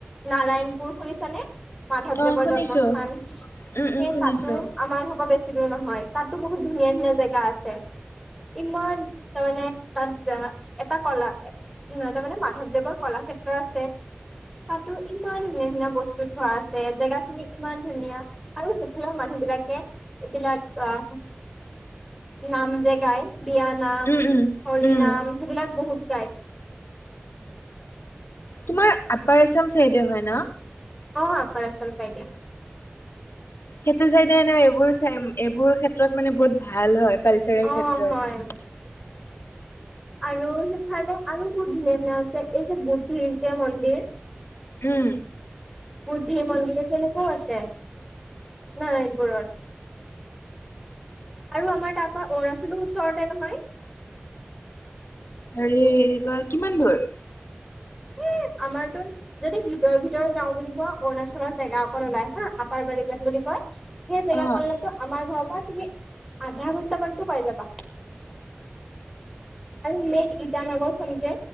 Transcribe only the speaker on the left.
অ শুনিছো
উম উম শুনিছো
উম উম
উম।
তোমাৰ আপাৰ আছাম চাইডে হয় ন
সেইটো চাইডেনে এইবোৰ এইবোৰ ক্ষেত্ৰত মানে বহুত ভাল হয় কালচাৰেল
ক্ষেত্ৰত
উম
হ ক কিমান দূৰ
অ